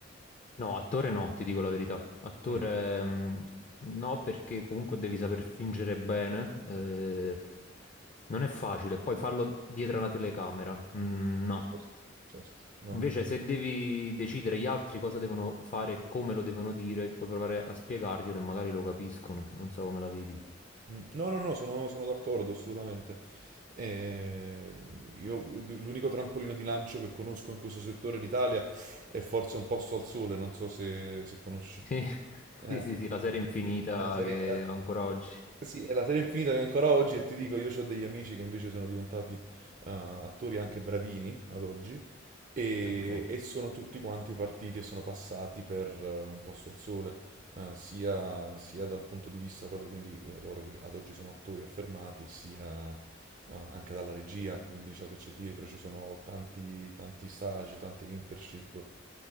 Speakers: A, on the left; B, on the right.
A: No, attore
B: eh?
A: no, ti dico la verità. Attore
B: Mm.
A: mm, no, perché comunque devi saper fingere bene. eh, non è facile. Poi fallo dietro una telecamera. mm, no.
B: Certo, certo. No,
A: Invece,
B: no,
A: se devi decidere gli altri cosa devono fare e come lo devono dire, puoi provare a spiegarglielo e magari lo capiscono. Non so come la vedi.
B: Mm. no, no, no, sono, sono d'accordo assolutamente. Eh, io l'unico trampolino di lancio che conosco in questo settore in Italia è forse Un posto al sole, non so se, se conosci.
A: Sì, <laughs>
B: Eh,
A: sì, sì, sì, la serie infinita
B: eh, serie-
A: che ancora oggi.
B: Sì, è la serie infinita che ancora oggi, e ti dico, io ho degli amici che invece sono diventati eh, attori anche bravini ad oggi, e,
A: Ok.
B: e sono tutti quanti partiti e sono passati per eh, un posto al sole, eh, sia, sia dal punto di vista proprio, quindi eh, loro che ad oggi sono attori affermati, e sia eh, anche dalla regia, quindi ciò che c'è dietro, ci sono tanti, tanti stage, tante internship.